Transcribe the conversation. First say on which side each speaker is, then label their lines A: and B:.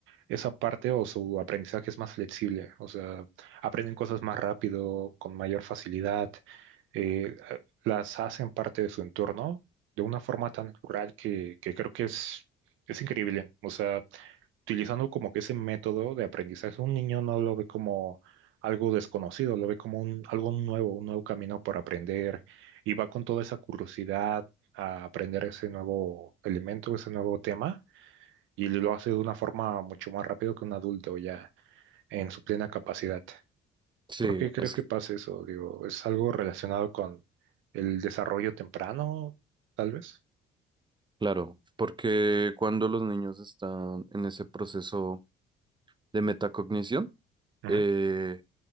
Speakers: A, on the right (about 75°); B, on the right (about 25°).
A: esa parte o su aprendizaje es más flexible, o sea, aprenden cosas más rápido, con mayor facilidad, eh, eh, las hacen parte de su entorno de una forma tan natural que, que creo que es, es increíble, o sea, utilizando como que ese método de aprendizaje, un niño no lo ve como algo desconocido, lo ve como un, algo nuevo, un nuevo camino por aprender y va con toda esa curiosidad a aprender ese nuevo elemento, ese nuevo tema y lo hace de una forma mucho más rápido que un adulto ya en su plena capacidad.
B: Sí,
A: ¿Por qué crees
B: es
A: que
B: que-
A: pasa eso? Digo, ¿es algo relacionado con el desarrollo temprano, tal vez?
B: claro, porque cuando los niños están en ese proceso de metacognición,
A: Ujú,
B: eh,